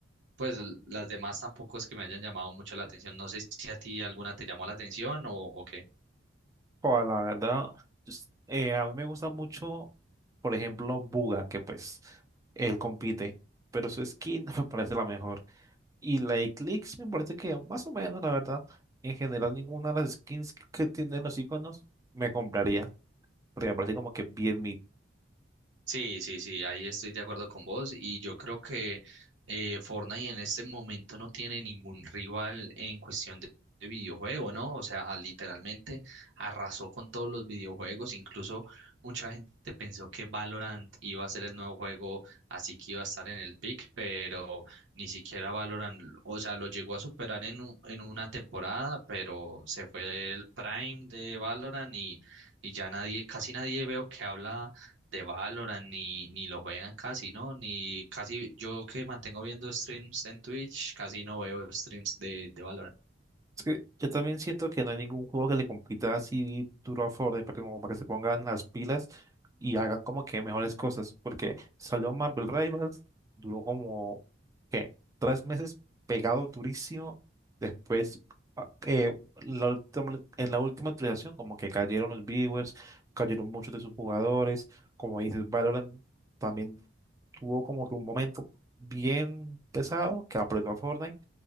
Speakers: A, on the right; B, on the right.
A: pues l- las demás tampoco es que me hayan llamado mucho la atención. No sé si a ti alguna te llamó la atención o, o qué.
B: O la verdad, just- eh, a mí me gusta mucho, por ejemplo, Buga, que pues él compite, pero su skin <laughs> no me parece la mejor. Y la de Clix me parece que más o menos, la verdad, en general ninguna de las skins que tienen los iconos me compraría, porque me parece como que bien mid.
A: Sí, sí, sí, ahí estoy de acuerdo con vos y yo creo que eh, Fortnite en este momento no tiene ningún rival en cuestión de, de videojuego, ¿no? O sea, literalmente arrasó con todos los videojuegos, incluso mucha gente pensó que Valorant iba a ser el nuevo juego, así que iba a estar en el pick, pero ni siquiera Valorant, o sea, lo llegó a superar en, un- en una temporada, pero se fue el prime de Valorant y, y ya nadie, casi nadie veo que habla de Valorant ni, ni lo juegan casi, ¿no? Ni casi, yo que mantengo viendo streams en Twitch, casi no veo streams de, de Valorant.
B: Es que yo también siento que no hay ningún juego que le compita así duro a Fortnite para que, como para que se pongan las pilas y hagan como que mejores cosas. Porque salió Marvel Rivals, duró como, ¿qué? Tres meses pegado durísimo. Después, ah, eh, la última- en la última actualización, como que cayeron los viewers, cayeron muchos de sus jugadores. Como dices, Valorant también tuvo como que un momento bien pesado que apretó a Fortnite